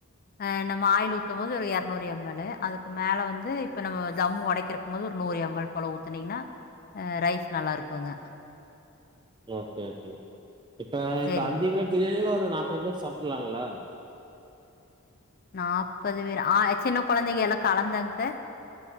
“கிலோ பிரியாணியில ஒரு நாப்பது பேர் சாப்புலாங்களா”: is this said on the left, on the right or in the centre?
Right